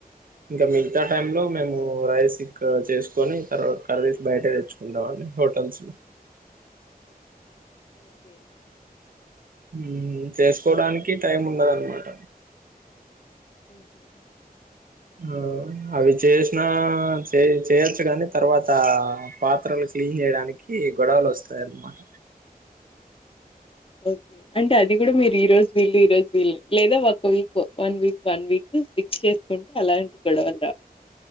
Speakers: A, on the right (about 65°); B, on the left (about 35°).
A: ఇంగ మిగతా టైం లో
B: ఓకే
A: మేము ఓ రైస్ ఇక్కడ చేసుకోని తర్వాత కర్రీస్ బయటే తెచ్చుకుంటాండి హోటల్స్ లో
B: ఓకే
A: హ్మ్ చేసుకోడానికి టైం ఉండదనమాట
B: హ్మ్ హు
A: ఆ అవి చేసినా చే చేయొచ్చు కానీ తర్వాత పాత్రలు క్లీన్ చేయడాని కీ గొడవలు వస్తాయి అనమాట
B: ఓకే అంటే అది కూడా మీరు ఈ రోజు వీళ్ళు ఈ రోజ్ విల్ లేదా ఒక week one week one week fix చేసుకుంటే అలాంటి గొడవలు రావ్